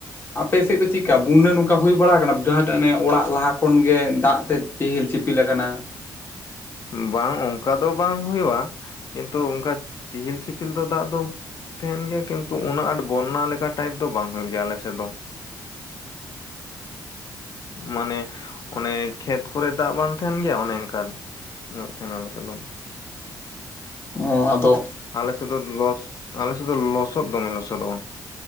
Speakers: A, on the left; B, on the left.
A: ᱟᱯᱮ ᱥᱮᱫ ᱫᱚ ᱪᱤᱠᱠᱟ ᱵᱩᱱᱱᱟᱹ ᱱᱚᱝᱠᱟ ᱦᱩᱭ ᱵᱟᱲᱟ ᱠᱟᱱᱟ ᱵᱤᱨᱟᱴ ᱮᱱᱮ ᱚᱲᱟᱜ ᱞᱟᱦᱟ ᱠᱷᱚᱱᱜᱮ ᱫᱟᱜ ᱛᱮ ᱪᱤᱦᱤᱞ ᱪᱤᱯᱤᱞ ᱟᱠᱟᱱᱟ᱾
B: ᱵᱟᱝ ᱚᱱᱠᱟ ᱫᱚ ᱵᱟᱝ ᱦᱩᱭᱩᱜᱼᱟ᱾ ᱠᱤᱱᱛᱩ ᱚᱱᱠᱟ ᱪᱮᱦᱤᱞ ᱪᱤᱯᱤᱞ ᱫᱚ ᱫᱟᱜ ᱫᱚ ᱛᱟᱦᱮᱱ ᱜᱮᱭᱟ ᱠᱤᱱᱛᱩ ᱩᱱᱟᱹᱜ ᱟᱸᱴ ᱵᱚᱱᱱᱟᱹ ᱞᱮᱠᱟ ᱴᱟᱭᱤᱯ ᱫᱚ ᱵᱟᱝ ᱦᱚᱭᱳᱜ ᱜᱮᱭᱟ ᱟᱞᱮᱥᱮᱫ ᱫᱚ᱾ ᱢᱟᱱᱮ ᱚᱱᱮ ᱠᱷᱮᱛ ᱠᱚᱨᱮ ᱫᱟᱜ ᱵᱟᱝ ᱛᱟᱦᱮᱱ ᱜᱮᱭᱟ ᱚᱱᱮ ᱚᱱᱠᱟ᱾ ᱛᱟᱦᱮᱱᱟ ᱟᱞᱮ ᱥᱮ ᱫᱚᱢ
A: ᱚ ᱟᱫᱚ
B: ᱟᱞᱮ ᱥᱮᱫ ᱫᱚ ᱞᱚᱥ ᱟᱞᱮ ᱥᱮᱫ ᱫᱚ ᱞᱚᱥᱚᱫ ᱫᱚᱢᱮ ᱞᱚᱥᱚᱫᱚᱜᱼᱟ᱾